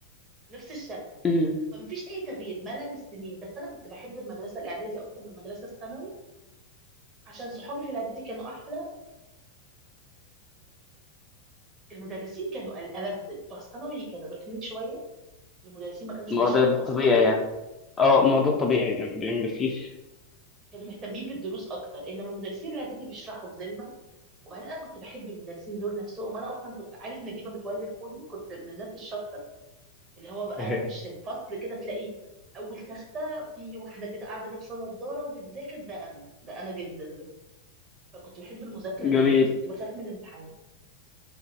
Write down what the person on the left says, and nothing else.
م.
ما
هو ده الطبيعي
يعني اه
ما
هو ده الطبيعي يعني ما فيش
<laughs>
جميل